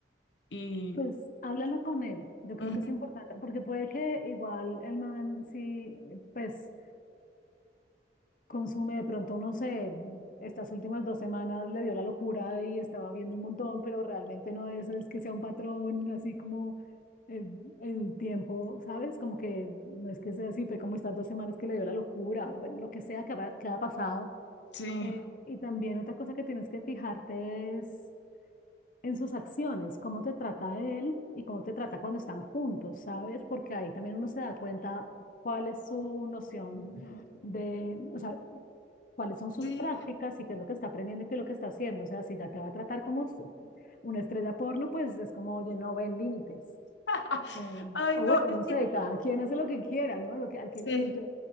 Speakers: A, on the left; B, on the left.
A: y...
B: Pues háblalo con él, yo creo
A: Ujú.
B: que es importante, porque puede que igual el man sí, pues Consume de pronto, no sé, estas últimas dos semanas le dio la locura y estaba viendo un montón, pero realmente no es, es que sea un patrón así como eh, el tiempo, ¿sabes? Como que no es que sea así, fue como estas dos semanas que le dio la locura, o bueno, lo que sea que, haba- que haya pasado.
A: Sí.
B: Eh, y también otra cosa que tienes que fijarte es en sus acciones, cómo te trata él y cómo te trata cuando están juntos, ¿sabes? Porque ahí también uno se da cuenta cuál es su noción
A: No,
B: de, o sea, cuáles son sus
A: Sí.
B: prácticas y qué es lo que está aprendiendo y qué es lo que está haciendo. O sea, si ya te va a tratar como una estrella porno, pues es como, oye, no ven límites.
A: <laughs>
B: Eh,
A: Ay,
B: o
A: no,
B: bueno,
A: es
B: no sé,
A: que
B: cada quien hace lo que quiera, ¿no? Lo que, al que, le-
A: sí.
B: yo-